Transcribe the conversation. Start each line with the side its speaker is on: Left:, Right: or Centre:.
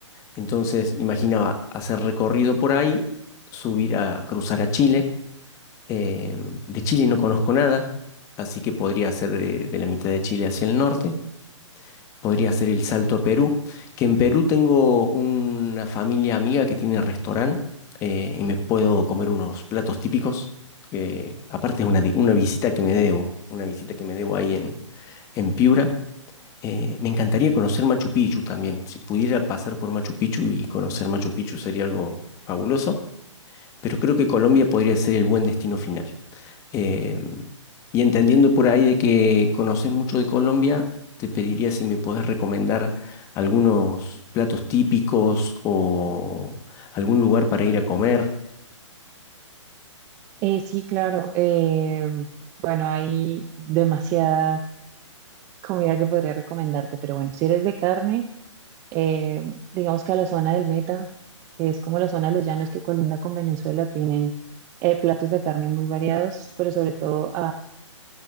Left: Entonces imaginaba hacer recorrido por ahí, subir a cruzar a Chile. eh, de Chile no conozco nada, así que podría hacer de, de la mitad de Chile hacia el norte. Podría hacer el salto a Perú, que en Perú tengo una familia amiga que tiene restaurante eh, y me puedo comer unos platos típicos. que aparte es una, di- una visita que me debo, una visita que me debo ahí en, en Piura. Eh, me encantaría conocer Machu Picchu también. Si pudiera pasar por Machu Picchu y conocer Machu Picchu sería algo fabuloso, pero creo que Colombia podría ser el buen destino final. Eh, y entendiendo por ahí de que conoces mucho de Colombia, te pediría si me podés recomendar algunos platos típicos o algún lugar para ir a comer.
Right: Eh, sí, claro. eh, bueno, hay demasiada comida que podría recomendarte, pero bueno, si eres de carne, eh, digamos que a la zona del Meta, que es como la zona de los llanos que colinda con Venezuela, tienen eh, platos de carne muy variados, pero sobre todo